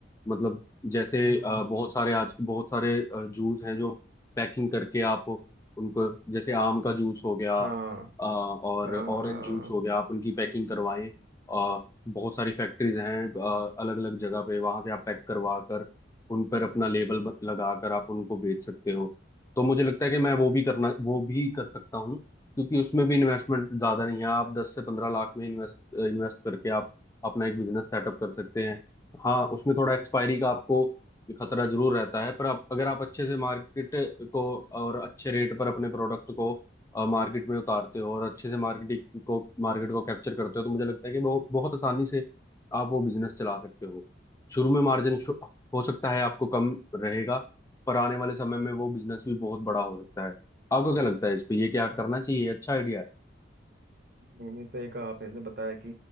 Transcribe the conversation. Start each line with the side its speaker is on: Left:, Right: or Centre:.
Left: मतलब जैसे
Right: हम्म
Left: अ, बहुत सारे आज बहुत सारे अ, जूस हैं जो पैकिंग करके आप उनको जैसे आम का जूस हो गया
Right: हाँ
Left: अ, और
Right: हाँ हाँ
Left: ऑरेंज जूस हो गया आप उनकी पैकिंग करवाएं अ, बहुत सारी फैक्ट्रीज हैं अलग अलग जगह पे वहां से आप पैक करवा कर उन पर अपना लेबल लगा कर आप उनको बेच सकते हो तो मुझे लगता है कि मैं वो भी करना वो भी कर सकता हूँ क्योंकि उसमें भी इन्वेस्टमेंट ज्यादा नहीं है आप दस से पंद्रह लाख में इन्वेस्ट इन्वेस्ट करके आप अपना एक बिजनेस सेटअप कर सकते हैं हाँ उसमें थोड़ा एक्सपायरी का आपको खतरा जरूर रहता है पर आप अगर आप अच्छे से मार्केट को और अच्छे रेट पर अपने प्रोडक्ट को मार्केट में उतारते हो और अच्छे से मार्केटिंग को मार्केट को कैप्चर करते हो तो मुझे लगता है कि बहुत बहुत आसानी से आप वो बिजनेस चला सकते हो शुरू में मार्जिन हो सकता है आपको कम रहेगा पर आने वाले समय में वो बिजनेस भी बहुत बड़ा हो सकता है आपको क्या लगता है इस पे ये क्या करना चाहिए ये अच्छा आइडिया है
Right: नहीं नहीं सही कहा आपने जैसे बताया कि